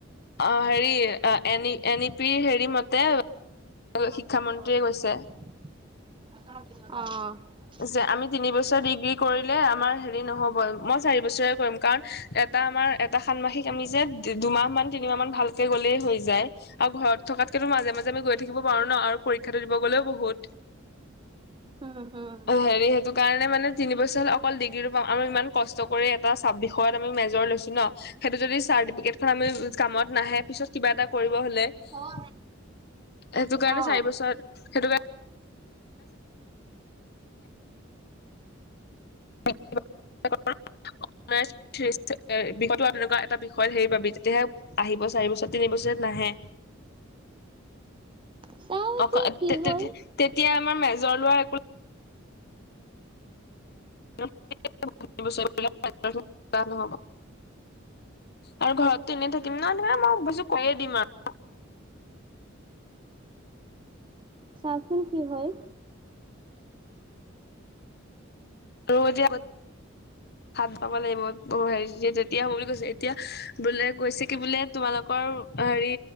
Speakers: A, on the left (about 55°); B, on the right (about 25°).
A: অ', হেৰি, অ', এন ই, এন ই পিৰ হেৰি মতে
B: অহ।
A: শিক্ষামন্ত্ৰীয়ে কৈছে। যে আমি তিনি বছৰ ডিগ্ৰী কৰিলে আমাৰ হেৰি নহ'বই, মই চাৰি বছৰিয়া কৰিম, কাৰণ এটা আমাৰ এটা ষান্মাসিক আমি যে, দুমাহ মান তিনিমাহ মান ভালকে গ'লেই হৈ যায়। আৰু ঘৰত থকাতকেতো মাজে মাজে আমি গৈ থাকিব পাৰো ন', আৰু পৰীক্ষাটো দিব গ'লেও বহুত।
B: উম, হুম।
A: হেৰি সেইটো কাৰণে মানে তিনি বছৰ হ'লে, অকল ডিগ্ৰীটো পাম আৰু ইমান কষ্ট কৰি এটা চাব বিষয়ত আমি মেজৰ লৈছো ন'। সেইটো যদি চাৰ্টিফিকেট খন আমি কামত নাহে, পিছত কিবা এটা কৰিব হ'লে সেইটো
B: হম
A: কাৰণে
B: অ
A: চাৰি বছৰত, সেইটো কাৰণে <unintelligible> <unintelligible> বিষয় এনেকুৱা এটা বিষয়ত হেৰি পাবি তেতিয়াহে আহিব চাৰি বছৰত, তিনি বছৰত নাহে।
B: চাও এতিয়া
A: অক
B: কি
A: তেতিয়া
B: হ'ল
A: আমাৰ মেজৰ লোৱা একো <unintelligible> নহব। আৰু ঘৰততো এনেই থাকিম ন', মানে মই ভাবিছোঁ, কৰিয়েই দিম আৰু।
B: চাওচোন কি হয়।
A: ৰো যে আগত হাত পাব লাগিব, হেৰি তেতিয়া হ'ব বুলি কৈছে, এতিয়া বোলে কৈছে কি বোলে তোমালোকৰ হেৰি